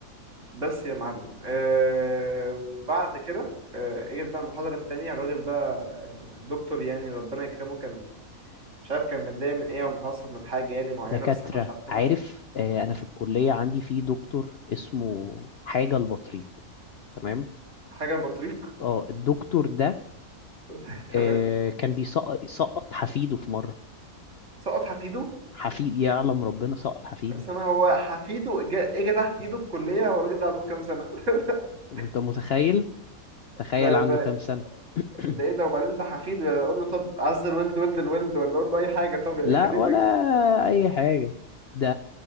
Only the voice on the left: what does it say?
مم.
الدكاتره
عارف آه، انا في الكليه عندي في دكتور اسمه حاجه البطريق تمام
اه الدكتور ده
آه، كان بيسقط سقط حفيده في مرة
حفيد يعلم ربنا سقط حفيده
انت متخيل تخيل
عنده
كام سنة <clears throat>
لا
ولا
اي حاجة ده